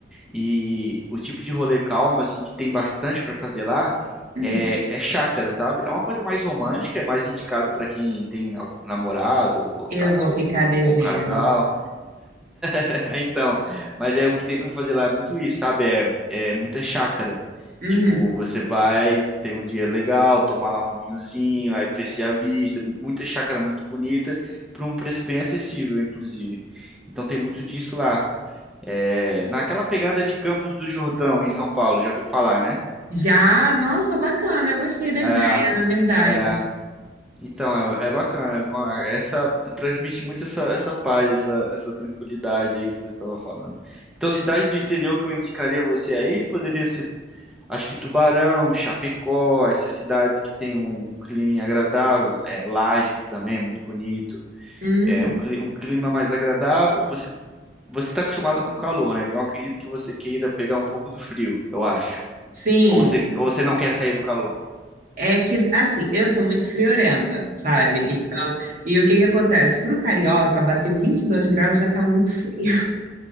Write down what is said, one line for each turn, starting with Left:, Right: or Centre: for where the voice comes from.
Centre: E o tipo de rolê calmo assim que tem bastante para fazer lá
Right: Hum,
Centre: é, é chácara, sabe? É uma coisa mais romântica, é mais indicado para quem tem algum namorado ou,
Right: eu
Centre: tá,
Right: vou
Centre: ou,
Right: ficar
Centre: ou
Right: devendo.
Centre: ou casal. <laughs> É, então, mas é o que tem pra fazer lá é muito isso, sabe? É, é muita chácara.
Right: Uhum.
Centre: Tipo, você vai ter um dia legal, tomar lá um vinhozinho, aí apreciar a vista, muita chácara muito bonita, por um preço bem acessível, inclusive. Então tem muito disso lá. É, naquela pegada de Campos do Jordão, em São Paulo, já ouviu falar, né?
Right: Já, nossa, bacana, eu gostei da ideia,
Centre: É,
Right: na verdade.
Centre: é, Então, é, é bacana. é uma- Essa transmite muito essa, essa paz, essa, essa tranquilidade aí que você estava falando. Então, cidade do interior que eu indicaria você aí poderia ser, acho que Tubarão, Chapecó, essas cidades que tem um, um clima agradável. É, Lages também, é muito bonito.
Right: Hum,
Centre: É um, cli- um clima mais agradável. Você você está acostumado com calor, né? Então, acredito que você queira pegar um pouco do frio, eu acho.
Right: sim.
Centre: Ou você, ou você não quer sair do calor?
Right: É que, assim, eu sou muito friorenta, sabe? Então, e o que que acontece? Pro carioca, bateu 22 graus já tá muito frio. <laughs>